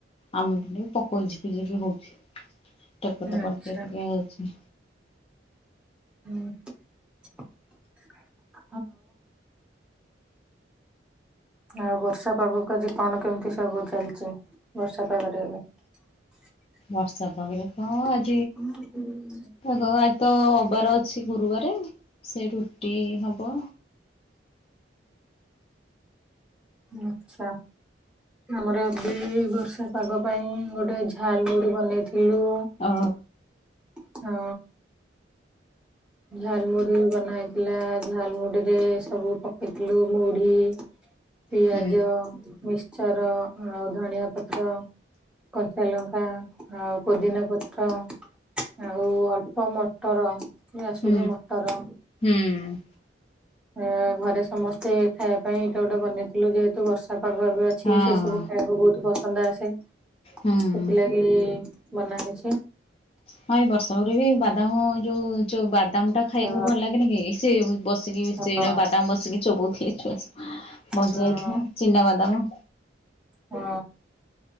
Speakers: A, on the left; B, in the centre.
A: ଆମ ପଟେ ପକଉଛି ଯିବି ଯିବି ହଉଛି। ଟାଟ <unintelligible>
B: ଆଚ୍ଛା
A: ଅଛି।
B: ହୁଁ ଆଉ <unintelligible> ଆଉ ବର୍ଷା ପାଗକୁ ଆଜି କଣ କେମିତି ସବୁ ଚାଲିଛି ବର୍ଷା ପାଗରେ ଏବେ। <unintelligible>
A: ବର୍ଷା ପାଗରେ କଣ?
B: ହ ହ।
A: ଆଗ ଆଜିତ ଅବାର ଅଛି ଗୁରୁବାର ସେ ରୁଟି ହବ।
B: ଆଚ୍ଛା। ଆମର ଏବେ ବର୍ଷା ପାଗ ପାଇଁ ଗୋଟେ ଝାଲ ବୁଡି ବନେଇଥି ଳୁ ହଁ।
A: ଓ
B: ଝାଲ ମୁଢି ବନା ହେଇଥିଲା ଝାଲ ମୁୁଢିରେ ସବୁ ପକେଇଥିଲୁ ମୁଢି। ପିଆଜ
A: ହୁଁ
B: ମିଶ୍ଚର ଆଉ ଧନିଆ ପତ୍ର। କଞ୍ଚାଲଙ୍କା ଆଉ ପୋଦିନା ପତ୍ର। ଆଉ ଅଳ୍ପ ମଟର କି ଆସୁଛି
A: ହୁଁ
B: ମଟର।
A: ହୁଁ
B: ଅ ଘରେ ସମସ୍ତେ ଖାଇବା ପାଇଁ ଏଇଟା ଗୋଟେ ବନେଇଥିଲୁ ଯେହେତୁ ବର୍ଷା <unintelligible> ଅଛି
A: ହଁ
B: ସେ ସବୁ ଖାଇବାକୁ ବହୁତ ପ ସନ୍ଦା ଆସେ
A: ହୁଁ।
B: ସେଥିଲାଗି ବନା ହେଇଛି।
A: ହଁ ଏଇ ବର୍ଷରେ ବି ବାଦାମ ଯୋଉ ଯୋଉ ବାଦାମ ଟା ଖାଇବାକୁ
B: ଅ
A: ଭଲ ଲାଗେନ କି ସେ ବସିକି ସେରା
B: ହଁ
A: ବାଦାମ ବସିକି ଚୋବଉଥିଲେ ଛୁଆ ବଜା
B: ହଁ
A: ଯାଇଥିଲା ଚିନା ବାଦାମ।
B: ହଁ।